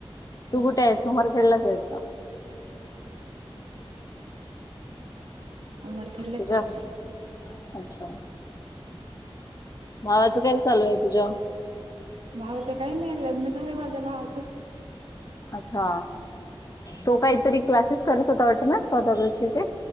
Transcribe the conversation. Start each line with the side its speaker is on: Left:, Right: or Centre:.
Left: तू
Right: ह
Left: कुठे आहे सुमार खेळलाच आहे.
Right: होमरकेटलाच
Left: तुझ्या
Right: आहे मी..
Left: अच्छा! भावाचं काय चालू आहे तुझ्या?
Right: भावाचं काही नाही लग्न झालं माझ्या भावाचं.
Left: अच्छा तो काहीतरी क्लासेस करत होता वाटते ना? स्पर्धा परीक्षेचे